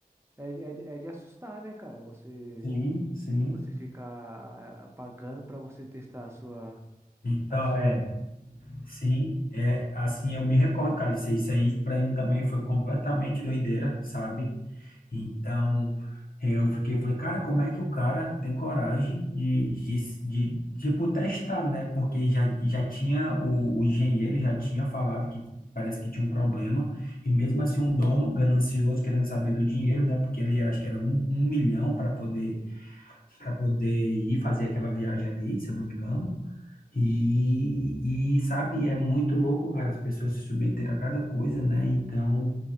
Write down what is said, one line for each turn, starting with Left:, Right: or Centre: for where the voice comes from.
Right: é, de- é, de é de assustar, né, cara? Você
Left: Sim, sim.
Right: você ficar pagando pra você testar a sua
Left: Então,
Right: a sua
Left: é,
Right: vida.
Left: sim, é assim, eu me recordo, cara, disso aí. Isso aí pra mim também foi completamente doideira, sabe? Então, Eu fiquei, falei, cara, como é que o cara tem coragem de, de, de, tipo, testar, né? Porque já, já tinha, o, o engenheiro já tinha falado que parece que tinha um problema, e mesmo assim um dono ganancioso, querendo saber do dinheiro, né? Porque ele era, acho que era um, um milhão para poder, para poder ir fazer aquela viagem ali, se eu não me engano. E, e, sabe, é muito louco, cara, as pessoas se submeterem a cada coisa, né? Então,